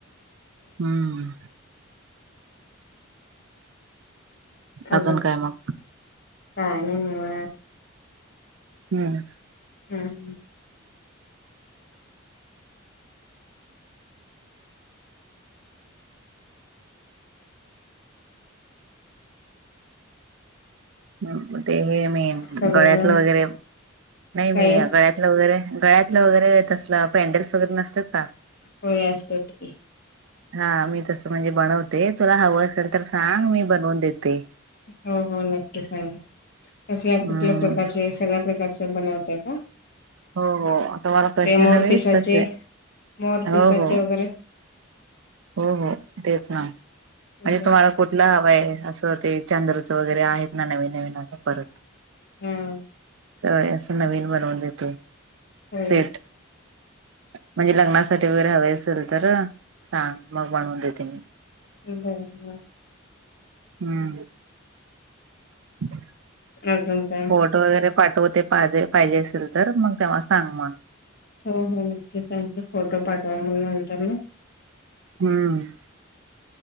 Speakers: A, on the right (about 65°); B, on the left (about 50°).
A: <unintelligible> हम्.
B: <unintelligible>
A: अजून काय मग
B: काय नाही निवा
A: हम्म.
B: हम्.
A: ह् ते हे मी
B: सगळेजण
A: गळ्यातलं वगैरे, नाही
B: काय
A: मी गळ्यात वगैरे गळ्यातलं वगैरे तसलं पॅनडेल्स वगैरे नसतात का.
B: होय असतात की.
A: हा मी तसं म्हणजे बनवते तुला हवं असेल तर सांग मी बनवून देते.
B: हो हो नक्की सांगल, कसल्या
A: हम्म
B: कुठल्या प्रकारचे सगळ्या प्रकारच्या बनवताय का?
A: हो हो तुम्हाला कसे
B: ते मोर
A: हवे
B: पिसाचे
A: तसे,
B: मोर
A: हो
B: पिसाचे
A: हो.
B: वगैरे
A: हो हो तेच ना, म्हणजे
B: बर
A: तुम्हाला कुठ कठलं हवा आहे असं ते चांंद्रचं वगैरे आहेत ना नवीन नवीन आता परत.
B: हम्म.
A: स असं नवीन बनवून देतोय,
B: होय
A: सेट. म्हणजे लग्नासाठी वगैरे हवे असेल तर सांग मग बनवून देते मी,
B: बर बर
A: हम्म. <unintelligible>
B: अजून काय
A: वगैरे पाठवते पाहिजे असेल तर मग तेव्हा सांग मग.
B: हो हो नक्की सांगते फोटो पाठवा मला नंतर न.
A: हम्म.